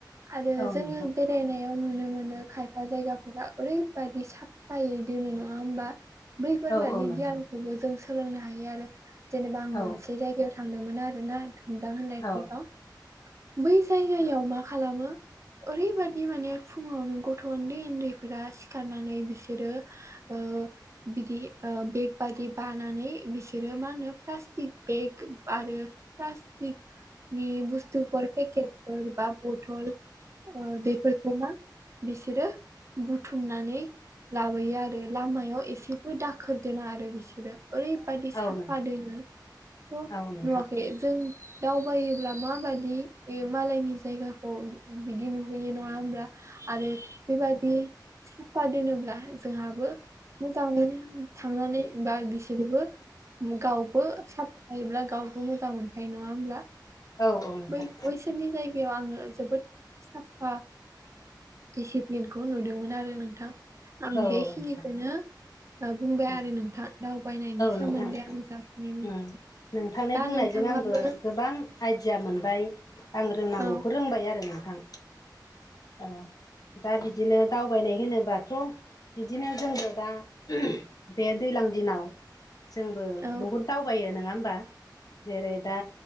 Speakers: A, on the right (about 40°); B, on the left (about 55°).
A: आरो
B: औ
A: जोङो
B: नोंथां
A: बे बेरायनायाव नुनो मोनो खायफा जायगाफोरा ओरैबादि साफायै दोनो नङा होमबा? बैफोरबादि
B: औ औ नोंथां
A: गियानखौबो जों सोलोंनो हायो आरो। जेनेबा आं
B: औ
A: मोनसे जायगायाव थांदोंमोन आरो ना थुमदां होननाय
B: औ
A: पिकआव बै जायगायाव मा खालामो ओरैबादि माने फुङावनो गथ' ओन्दै ओन्दैफोरा सिखारनानै बिसोरो ओ बिदि ओ बेग बादि बानानै बिसोरो मा होनो प्लास्टिक बेग आरो प्लास्टिक नि बुस्थु पर पेकेटफोर बा बथल बेफोरखौ मा बिसोरो बुथुमनानै लाबोयो आरो लामायाव एसेबो दाखोर दोना आरो बिसोरो ओरैबादि साफा
B: औ नोंथां औ नोंथां औ नोंथां
A: दोनो थ'
B: औ औ
A: नुवाखै जों दावबायोब्ला माबादि मालायनि जायगाखौ बिदि नुहैयो नङा होमब्ला? आरो बेबादि साफा दोनोब्ला जोंहाबो मोजां मोनो थांनानै बा बिसोरबो गावबो साफा थायोब्ला गावबो मोजां मोनखायो नङा होमब्ला?
B: औ औ नोंथां।
A: बै बैसोरनि जायगायाव आङो जोबोद साफा दिसिप्लिनखौ नुदोंमोन आरो नोंथां आं
B: औ
A: बेखिनिखौनो
B: औ नोंथां
A: बुंबाय
B: औ
A: आरो नोंथां दावबायनायनि सोमोन्दै
B: नोंथां
A: आं जाखिनि मिथियो।
B: उम नोंथांनि
A: दा
B: बुंनायजों
A: नोंथाङाबो
B: आंबो गोबां आइडिया मोनबाय आं रोंनांगौखौ
A: औ
B: रोंबाय आरो नोंथां औ। दा बिदिनो दावबायनाय होनोबाथ' बिदिनो जोंबो दा बे दैलां दिनाव जोंबो
A: औ
B: बहुद दावबायो नङा होमबा? जेरै दा